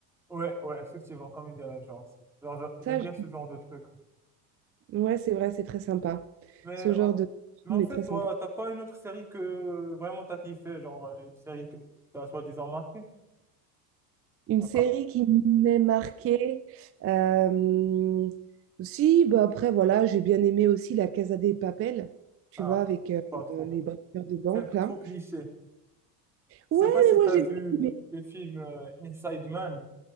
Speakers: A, in the centre; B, on the right (about 30°).
A: Ouais, ouais, effectivement, comme Indiana Jones. Genre, j'a- j'aime
B: Ça,
A: bien
B: je-
A: ce genre de truc.
B: ouais, c'est vrai, c'est très sympa.
A: Mais
B: Ce genre
A: en,
B: de
A: mais
B: film
A: en
B: est
A: fait,
B: très
A: toi,
B: sympa.
A: t'as pas une autre série que vraiment t'as kiffé, genre euh, une série que t'as soi-disant marquée?
B: Une
A: À
B: série
A: part...
B: qui m'est marquée. euh, Si, bah après, voilà, j'ai bien aimé aussi La Casa des Papel, tu
A: Ah,
B: vois, avec euh,
A: pas trop.
B: les braqueurs de banque,
A: C'est un peu
B: là.
A: trop cliché. Je
B: Ouais,
A: sais pas si
B: mais moi,
A: t'as
B: j'ai
A: vu
B: bien aimé.
A: le film euh, Inside Man,